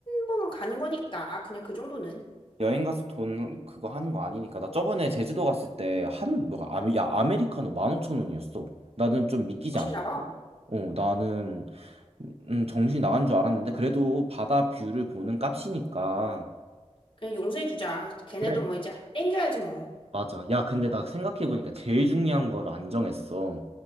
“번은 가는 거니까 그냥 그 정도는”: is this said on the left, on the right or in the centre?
Left